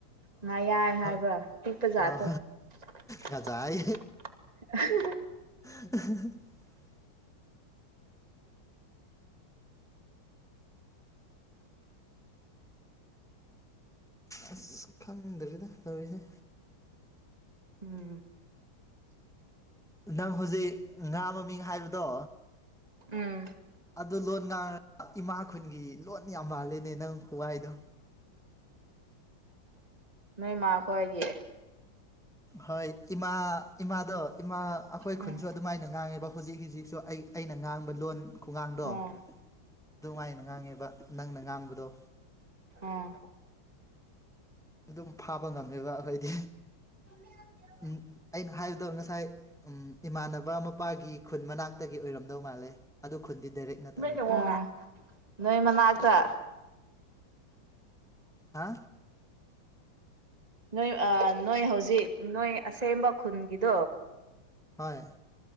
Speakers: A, on the right; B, in the centre.
A: ꯉꯥꯌꯥꯏ
B: ꯑꯣ
A: ꯍꯥꯏꯕ꯭ꯔꯥ ꯄꯤꯛꯄꯖꯥꯠꯇꯣ
B: ꯑ
A: ꯑꯍꯥꯍꯥ
B: ꯉꯖꯥꯏ <inaudible> ꯑꯁ ꯈꯪꯗ꯭ꯔꯦꯗ ꯇꯧꯔꯤꯁꯦ
A: ꯎꯝ
B: ꯅꯪ ꯍꯧꯖꯤꯛ ꯉꯥ ꯃꯃꯤꯡ ꯍꯥꯏꯕꯗꯣ
A: ꯎꯝ
B: ꯑꯗꯨ ꯂꯣꯟ ꯉꯥ ꯏꯃꯥ ꯈꯨꯟꯒꯤ ꯂꯣꯟ ꯌꯥꯝ ꯃꯥꯜꯂꯤꯅꯦ ꯅꯪ ꯈꯨꯍꯥꯏꯗꯣ
A: ꯅꯣꯏꯃꯈꯣꯏꯒꯤ
B: ꯍꯣꯏ ꯏꯃꯥ ꯏꯃꯥꯗꯣ ꯏꯃꯥ ꯑꯩꯈꯣꯏ
A: ꯎꯝ
B: ꯈꯨꯟꯁꯨ ꯑꯗꯨꯃꯥꯏꯅ ꯉꯥꯡꯉꯦꯕ ꯍꯧꯖꯤꯛ ꯍꯧꯖꯤꯛꯁꯨ ꯑꯩ ꯑꯩꯅ ꯉꯥꯡꯕ ꯂꯣꯟ ꯈꯨꯉꯥꯡꯗꯣ
A: ꯎꯝ
B: ꯑꯗꯨꯃꯏꯅ ꯉꯥꯡꯉꯦꯕ ꯅꯪꯅ ꯉꯥꯡꯕꯗꯣ
A: ꯑꯥ
B: ꯑꯗꯨꯝ ꯐꯥꯕ ꯉꯝꯃꯦꯕ ꯑꯩꯈꯣꯏꯗꯤ
A: <unintelligible>
B: ꯎꯝ ꯑꯩꯅ ꯍꯥꯏꯕꯗꯣ ꯉꯁꯥꯏ ꯎꯝ ꯏꯃꯥꯟꯅꯕ ꯃꯄꯥꯒꯤ ꯈꯨꯟ ꯃꯅꯥꯛꯇꯒꯤ ꯑꯣꯏꯔꯝꯗꯧ ꯃꯥꯜꯂꯦ ꯑꯗꯨ ꯈꯨꯟꯗꯤ ꯗꯥꯏꯔꯦꯛ ꯅꯠꯇꯕ
A: ꯎꯝ ꯅꯣꯏ ꯃꯅꯛꯇ
B: ꯍꯥ
A: ꯅꯣꯏ ꯑ ꯅꯣꯏ ꯍꯧꯖꯤꯛ ꯅꯣꯏ ꯑꯁꯦꯝꯕ ꯈꯨꯟꯒꯤꯗꯣ
B: ꯍꯣꯏ